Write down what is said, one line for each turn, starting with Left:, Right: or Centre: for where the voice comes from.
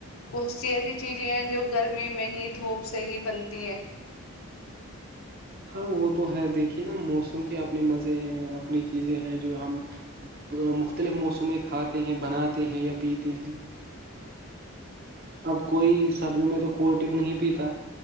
Left: بہت سی ایسی چیزیں ہیں جو گرمی میں ہی دھوپ سے ہی بنتی ہیں
Right: ہاں وہ تو ہے دیکھیے نا موسم کے اپنے مزے ہیں اپنی چیزیں ہیں جو ہم مختلف موسمیں کھاتے ہیں بناتے ہیں یا پیتے ہیں اب کوئی سبزی میں تو کولڈ ڈرنک نہیں پیتا